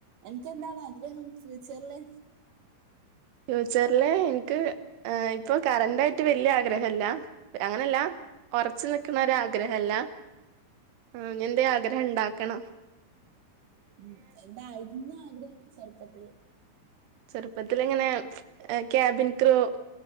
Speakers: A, on the right (about 65°); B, on the right (about 80°).
A: എൻകെന്താണ് ആഗ്രഹം ഫ്യൂച്ചറില്?
B: ഫ്യൂച്ചറില് എനിക്ക് ഇപ്പൊ കറന്റായിട്ട് വല്യേ ആഗ്രഹല്ല. അങ്ങനെല്ലാ. ഒറച് നിക്കണ ഒരാഗ്രഹല്ല അങേനന്തേ ആഗ്രഹം ഇണ്ടാക്കണം.
A: ഉം എന്തായിരുന്നു ആഗ്രഹം ചെരുപ്പത്തില്.
B: ചെറുപ്പത്തിലിങ്ങനെ ക്യാബിൻ ക്രൂ